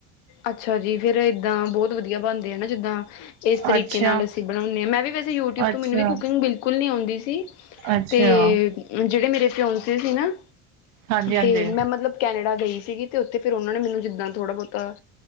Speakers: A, on the left; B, on the right.
A: ਅੱਛਾ ਜੀ, ਫੇਰ ਇਏਦਾਂ ਬਹੁਤ ਵਧੀਆ ਬਣਦੇ ਆ, ਨਾ ਜਿੱਦਾਂ ਇਸ ਤਰੀਕੇ
B: ਅੱਛਾ
A: ਨਾਲ ਅਸੀਂ ਬਣਾਣੇ ਹਾਂ, ਮੈਂ ਵੀ ਵੈਸੇ ਯੂਟਿਊਬ
B: ਅੱਛਾ
A: ਤੋਂ, ਮੈਨੂੰ ਵੀ ਕੁਕਿੰਗ ਬਿਲਕੁਲ ਨਈ, ਆਉਂਦੀ ਸੀ।
B: ਅੱਛਾ
A: ਤੇ ਜਿਹੜੇ ਮੇਰੇ ਪਿਓਸੇ, ਸੀ ਨਾ
B: ਹਾਂਜੀ ਹਾਂਜੀ
A: ਤੇ ਮੈਂ ਮਤਲਬ ਕੈਨੇਡਾ ਗਈ ਸੀਗੀ, ਅਤੇ ਉੱਥੇ ਫਿਰ ਉਹਨਾਂ ਨੇ ਮੈਨੂੰ ਜਿੱਦਾਂ ਥੋੜ੍ਹਾ -ਬਹੁਤਾ